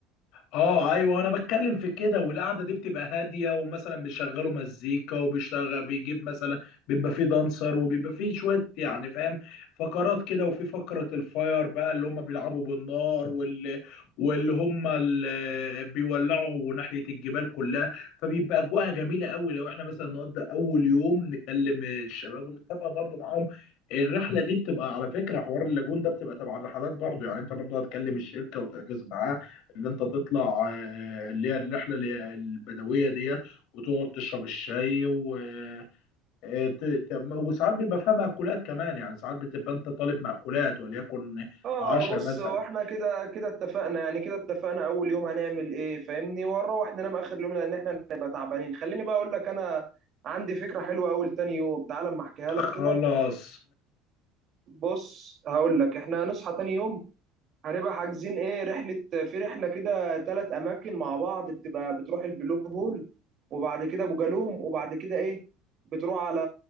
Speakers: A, on the left; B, on the right.
A: اه ايوه انا بتكلم في كده والقعده دي بتبقى هاديه ومثلا بيشغلوا مزيكا وبيشتغل بيجيب مثلا بيبقى فيه دانسر وبيبقى فيه شويه يعني فاهم فقرات كده وفي فقره الفاير بقى اللي هم بيلعبوا بالنار واللي واللي هم اللي بيولعوا ناحيه الجبال كلها فبيبقى اجواءها جميله قوي لو احنا مثلا نقضي اول يوم نكلم الشباب ونتفق برضو معاهم الرحله دي بتبقى على فكره حوار اللاجون ده بتبقى تبع الرحلات برضو يعني انت برضو هتكلم الشركه وتحجز معاها اللي انت تطلع آه، اللي هي الرحله اللي- البدويه ديت وتقعد تشرب الشاي و آه، ت- ت- وساعات بيبقى فيها مأكولات كمان يعني ساعات بتبقى انت طالب مأكولات وليكن
B: اه
A: عشاء
B: بص
A: مثلا
B: هو احنا كده كده اتفقنا يعني كده اتفقنا اول يوم هنعمل ايه فاهمني ونروح ننام اخر يوم لان احنا هنبقى تعبانين خليني بقى اقول لك انا عندي فكرة حلوة اول تاني يوم تعال اما احكيها لك
A: خلاص
B: كده بص هقول لك احنا هنصحى تاني يوم هنبقى حاجزين ايه رحلة في رحلة كده ثلاث أماكن مع بعض بتبقى بتروح البلو هول وبعد كده أبو جالوم وبعد كده ايه بتروح على